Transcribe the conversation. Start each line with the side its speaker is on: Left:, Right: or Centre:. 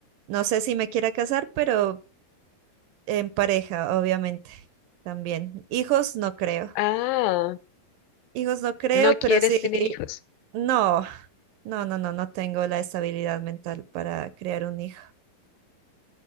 Right: No sé si me quiera casar, pero en pareja, obviamente, también. Hijos no creo.
Left: Ah,
Right: Hijos no creo,
Left: ¿no
Right: pero
Left: quieres
Right: sí,
Left: tener hijos?
Right: no, no, no, no, no tengo la estabilidad mental para crear un hijo.